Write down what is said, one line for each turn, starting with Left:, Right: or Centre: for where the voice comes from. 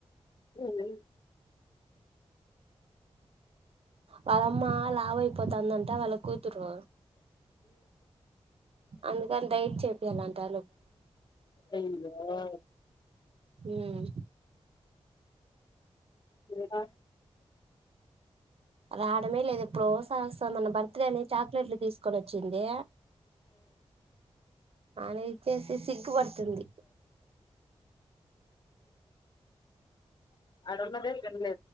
Left: అవు
Right: వాళ్ళమ్మ లావు అయిపోతుందంట వాళ్ళ కూతురు అందుకని ైట్ చెపియాలంటా
Left: అయ్యో
Right: ఉమ్
Left: ఇంకా
Right: రావడమే లేదు ఇప్పుడో ఓసారి వస్తది మన బర్త్డే అని చాక్లెట్లు తీసుకొని వచ్చింది అ చేసి సిగ్గు పడుతుంది
Left: నన్నదే పలే